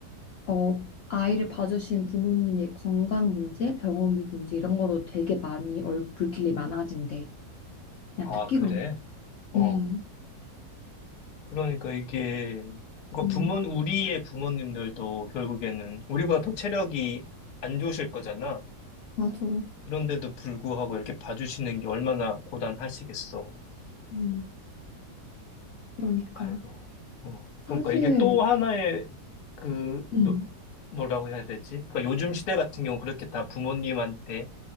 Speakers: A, on the left (about 80°); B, on the left (about 65°).
A: 어, 아이를 봐주신 부모님의 건강 문제, 병원비 문제 이런 거로 되게 많이 얼- 불길이 많아진대. 그냥
B: 아,
A: 듣기로.
B: 그래? 어.
A: 음.
B: 그러니까 이게, 그러니까
A: 음,
B: 부모, 우리의 부모님들도 결국에는 우리보다 더 체력이 안 좋으실 거잖아.
A: 맞아.
B: 그런데도 불구하고 이렇게 봐주시는 게 얼마나 고단하시겠어.
A: 음, 그러니까.
B: 아이고. 어.
A: 사실,
B: 그러니까 이게 또 하나의 그,
A: 음,
B: 노- 뭐라고 해야 되지? 그러니까 요즘 시대 같은 경우 그렇게 다 부모님한테